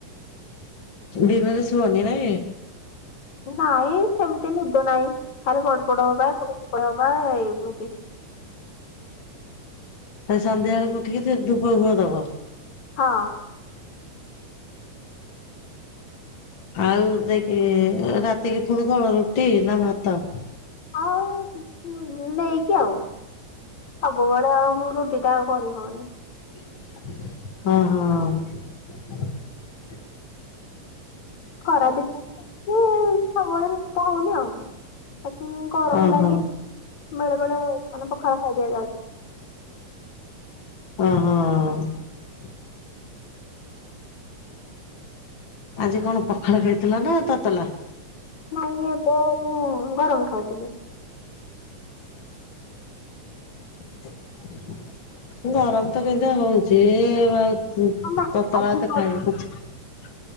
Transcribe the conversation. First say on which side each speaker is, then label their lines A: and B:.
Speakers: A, on the left; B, on the left.
A: ଦିନରେ ଶୁଅନି ନାଇଁ।
B: ନାଇଁ ସେମିତି ନିଦ ନାଇଁ ଖାଲି ଗଡ ପଡ ହବା ପଡ଼ ହବା ଏମିତି।
A: ଆଁ ସନ୍ଧ୍ୟା ବେଳୁକୁ ଉଠିକି ଯେ ଧୂପ ଫୁପ ଦବ।
B: ହଁ। <inaudible>
A: ଆଉ ଦେଇକି ରାତିକି ପୁଣି କଣ ରୁଟି ନା ଭାତ।
B: ଆଉ ଉଁ ପୁ ଉଁ ନେଇକି ଆଉ ସବୁବୋଳେ ଆଉ ମୁଁ ରୁଟି ଟା ଆଉ କରି ହୋଉନି।
A: ଅଃ।
B: ଖରା ଦିନ ଯୋଗୁ ଆଉ ରୁଟିଟା ହୋଉନି ଆଉ। ଏତେ ଗରମ
A: ଓହୋ
B: ଲାଗି ବେଳେ ବେଳେ ମାନେ ପଖାଳ ଖାଇ ଦିଆଯାଉଛି।
A: ଅଃ। ଆଜି କଣ ପଖାଳ ଖାଇଥିଲା ନା ତତଲା?
B: ନାଇଁ ଏବେ ମୁଁ ଗରମ ଖାଉଥିଲି।
A: <unintelligible> ଗରମ ତ କେନ୍ତିଆ ହୋଉଚି ଏଁ ବା ହୁଁ
B: ହଁ, ନା,
A: ତତଳା
B: ଆଜି
A: ଭାତ
B: ଗରମ
A: ଖାଇବାକୁ ଇଚ୍ଛା